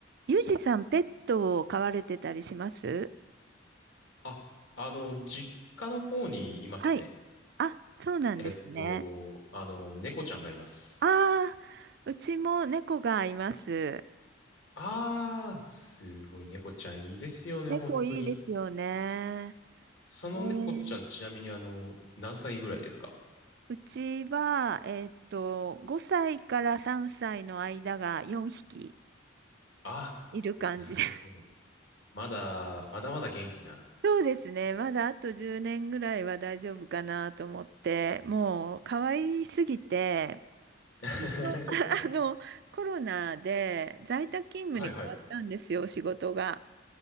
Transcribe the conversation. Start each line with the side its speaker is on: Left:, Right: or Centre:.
Right: ユージさん、ペットを飼われてたりします
Left: あ、あの、実家の方にいますね。
Right: はい。あ、そうなんですね。
Left: えっと、あの、猫ちゃんがいます。
Right: ああ、うちも猫がいます。
Left: あー、すごい猫ちゃんいいですよね、
Right: 猫いいですよね。
Left: 本当に。その猫ちゃん、
Right: えー、
Left: ちなみにあの、何歳ぐらいですか
Right: うちは、えーっと、5歳から3歳の間が4匹
Left: あ、
Right: いる感じで。
Left: なるほど。
Right: <laughs>
Left: まだ、まだまだ元気な。
Right: そうですね。まだあと10年ぐらいは大丈夫かなと思って、
Left: うん
Right: もう可愛すぎて、
Left: <laughs>
Right: ちょっあの、コロナで在宅勤務に変わったんですよ、
Left: はいはい。
Right: 仕事が。